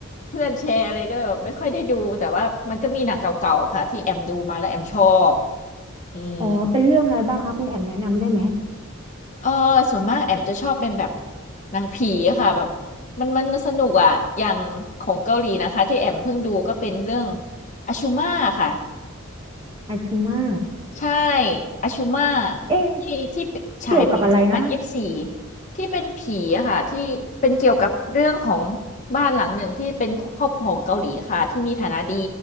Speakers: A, on the left; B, on the right.
A: เพื่อนแชร์อะไรก็เลยแบบไม่ค่อยได้ดูแต่ว่ามันก็มีหนังเก่าๆค่ะที่แอมดูมาแล้วแอมชอบอืม
B: อ๋อเป็นเรื่องอะไรบ้างคะคุณแอมแนะนำได้ไหม
A: เออส่วนมากแอมจะชอบเป็นแบบหนังผีค่ะแบบมันมันสนุกอ่ะอย่างของเกาหลีนะคะที่แอมเพิ่งดูก็เป็นเรื่องอาชูมาค่ะ
B: อาชูมา
A: ใช่อาชูมา
B: เอ๊ะ
A: ที่ที่ฉายปีสองพันยี่สิบสี่
B: เกี่ยวกับอะไรนะ
A: ที่เป็นผีอะค่ะที่เป็นเกี่ยวกับเรื่องของบ้านหลังหนึ่งที่เป็นครอบครัวของเกาหลีค่ะที่มีฐานะดี